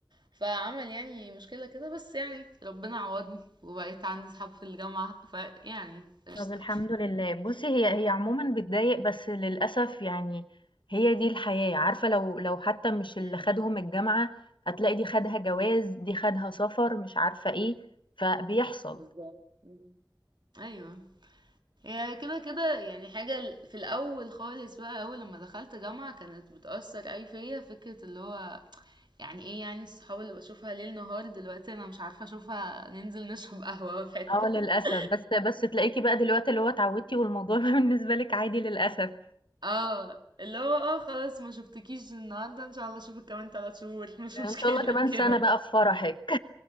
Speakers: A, on the right (about 65°); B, on the left (about 80°).
A: فعمل يعني مشكلة كده بس يعني ربنا عوضني وبقيت عندي صحاب في الجامعة فيعني قشطة
B: طب الحمد لله بُصّي هي هي عمومًا بتضايق بس للأسف يعني هي دي الحياة، عارفة لو لو حتى مش اللي
A: مم.
B: خدهم الجامعة، هتلاقي دي خدها جواز، دي خدها سفر، مش عارفة إيه، فبيحصل.
A: بالظبط مم. ايوه هي كده كده يعني حاجة ال- في الأول خالص بقى أول لما دخلت جامعة كانت بتأثر أي فيا فكرة اللي هو يعني ايه يعني الصحاب اللي بشوفها ليل نهار دلوقتي أنا مش عارفة أشوفها ننزل نشرب قهوة في حتة
B: آه للأسف،
A: <laughs>
B: بس بس تلاقيكِ بقى دلوقتي اللي هو اتعودتِ والموضوع <laughs> بقى بالنسبة لِك عادي للأسف.
A: اه اللي هو اه خلاص ما شفتكيش النهاردة ان شاء الله اشوفك كمان ثلاث شهور <laughs> مش
B: يعني
A: مشكلة
B: إن شاء الله كمان
A: كده
B: سنة بقى في فرحِك.